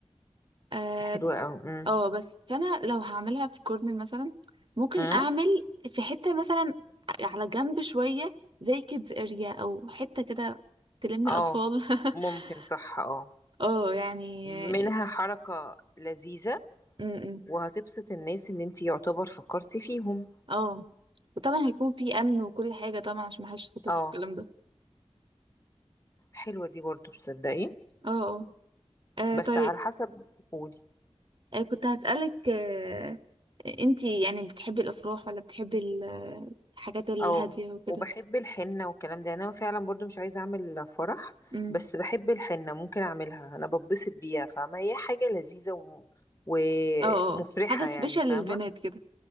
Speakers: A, on the right; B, on the left.
A: اه
B: دي حلوة قوي امم
A: آه، بس فانا لو هعملها في كورنر مثلا ممكن
B: امم
A: اعمل في حتة مثلا على جنب شوية زي كيدز اريا او حتة كده تلم
B: اه
A: الاطفال
B: ممكن
A: <laughs>
B: صح اه
A: اه يعني
B: منها
A: آه،
B: حركة لذيذة
A: امم، امم.
B: وهتبسط الناس ان انتي يعتبر فكرتي فيهم
A: اه وطبعا هيكون في امن وكل حاجه طبعا عشان محدش يتخطف
B: اه
A: في الكلام ده
B: حلوة دي برضو تصدقي
A: اه اه
B: بس
A: آه، طيب
B: على حسب قولي
A: آه كنت هسألك آه انتي يعني بتحبي الافراح ولا بتحبي ال- آه، الحاجات الهاديه
B: اه
A: وكده
B: وبحب الحنة والكلام ده يعني انا فعلا برضو مش عايزة اعمل فرح
A: امم
B: بس بحب الحنة ممكن اعملها انا ببسط بيها فاهمة هي حاجة لذيذة و... ومفرحة
A: اه اه حاجه سبيشال
B: يعني فاهمة
A: للبنات كده